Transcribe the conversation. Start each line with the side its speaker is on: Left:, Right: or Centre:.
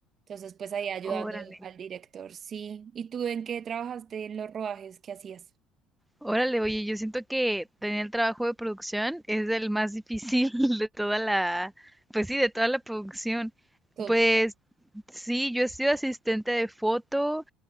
Right: Entonces, pues ahí ayudando
Centre: Órale.
Right: al director, sí. ¿Y tú en qué trabajaste en los rodajes que hacías?
Centre: Órale, oye, yo siento que tener el trabajo de producción es el más difícil <laughs> de toda la, pues sí, de toda la producción.
Right: Todo.
Centre: Pues sí, yo he sido asistente de foto,